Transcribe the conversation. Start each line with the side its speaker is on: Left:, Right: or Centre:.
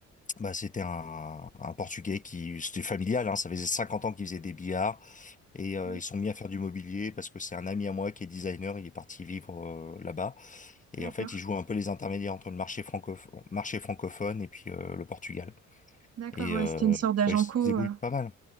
Left: Bah, c'était un, un Portugais qui, c'était familial, hein, ça faisait 50 ans qu'il faisait des billards. Et euh,
Right: Oui,
Left: ils sont mis à faire du mobilier parce que c'est un ami à moi qui est designer, il est parti vivre euh, là-bas. Et
Right: d'accord.
Left: en fait, ils jouent un peu les intermédiaires entre le marché francophone, marché francophone et puis euh, le Portugal.
Right: D'accord,
Left: Et
Right: ouais,
Left: euh,
Right: c'était une sorte d'agent
Left: ouais, ils se
Right: co.
Left: débrouillent
Right: euh.
Left: pas mal.